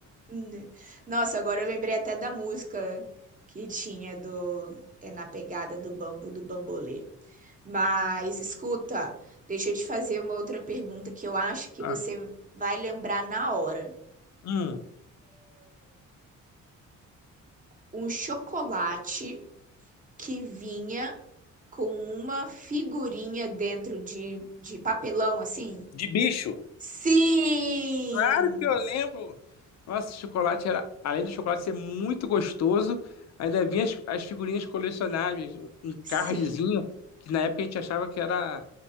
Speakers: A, on the right; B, on the left.
A: Né? Nossa, agora eu lembrei até da música que tinha do é na pegada do bambu do bambolê. Mas escuta, deixa eu te fazer uma outra pergunta que eu acho que
B: Ah,
A: você vai lembrar na hora.
B: hum,
A: Um chocolate que vinha com uma figurinha dentro de, de papelão assim?
B: de bicho.
A: Sim!
B: Claro que eu lembro. Nossa, esse chocolate era, além do chocolate ser muito gostoso, ainda vinha as, as figurinhas colecionáveis, um
A: Sim.
B: cardzinho, que na época a gente achava que era